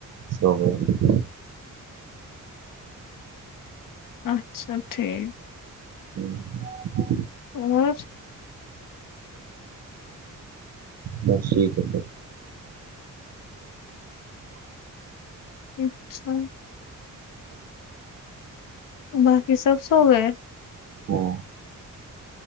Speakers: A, on the right (about 50°); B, on the left (about 80°).
A: سو گئے تھے
B: اچھا ٹھیک
A: ہاں
B: اور
A: بس ٹھیک ہے تو
B: <unintelligible> باقی سب سو گئے
A: ہاں